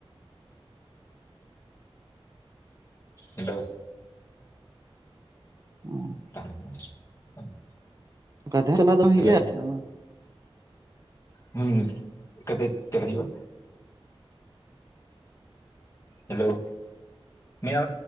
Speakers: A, on the left; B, on the right.
A: ᱦᱮᱞᱳ᱾
B: ᱚ᱾
A: <unintelligible> <unintelligible>
B: ᱚᱠᱟ ᱛᱮ ᱪᱟᱞᱟᱣ ᱫᱚ ᱵᱟᱝ ᱦᱩᱭᱩᱜ
A: ᱦᱮᱞᱳ
B: ᱜᱤᱭᱟ ᱱᱚᱣᱟ
A: ᱦᱩ ᱚᱠᱟᱛᱮ ᱪᱟᱞᱟᱜ ᱦᱩᱭᱩᱜᱼᱟ? ᱦᱮᱞᱳ <inaudible> ᱤᱭᱟᱹ